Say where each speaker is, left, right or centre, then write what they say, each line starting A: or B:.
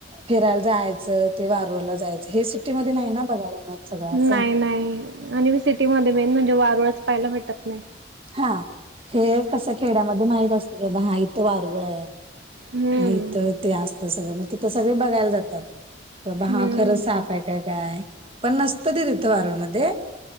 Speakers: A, on the right; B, on the right.
A: फिरायला जायचं ते वारूरला जायचं हे सिटीमध्येध्य नाही ना बघायला मिळत. सगळं असं
B: नाई नाई आणि म सिटीमधे मेन म्हणजे वारूळच पाहायला भेटत नाई.
A: हां हे कसं खेड्यामध्ये माहित असतं की बाबा हा इथं वारुळ आहे.
B: हम्म.
A: मग इथं ते आसत सगळ मग तिथं सगळे बघायला जातात कि बा
B: हम्म
A: हा खर साप आहे काय. काय पण नसतं ती तिथं वारूळ मध्ये